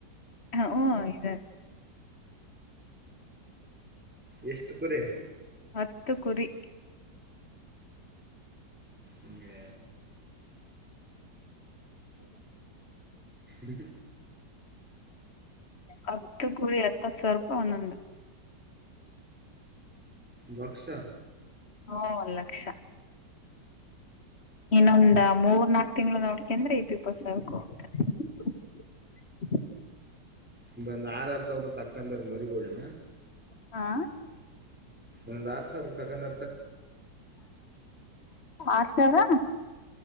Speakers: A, on the left; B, in the centre.
A: ಹ ಹಓ ಇದಾರೆ.
B: ಎಷ್ಟು ಕರೆ.
A: ಹತ್ತು ಕುರಿ.
B: ಹಗೆ.
A: ಹೌ.
B: ಬ.
A: ಹತ್ತು ಕೂರಿ ಹತ್ತತ್ತು ಸಾವಿರ ರೂಪಾಯಿ ಒಂದೊಂದು.
B: ಬಕ್ಸ.
A: ಹ್ಮ ಲಕ್ಷ. ಇನ್ನೊಂದ ಮೂರ್ ನಾಕ್ ತಿಂಗಳು ನೋಡ್ಕಂದ್ರೆ ಈ ದೀಪಸಕು ಅಂತದೆ. <inaudible>
B: ಬಂದ್ ಆರಾರರ್ ಸಾವಿರ ತಕ್ಕಂದ್ರ ಮರಿಗೋಣ.
A: ಹಾ.
B: ಒಂದ್ ಆರ್ ಸಾವಿ ತಕಂದ.
A: ಆರ್ ಸಾವಿರ.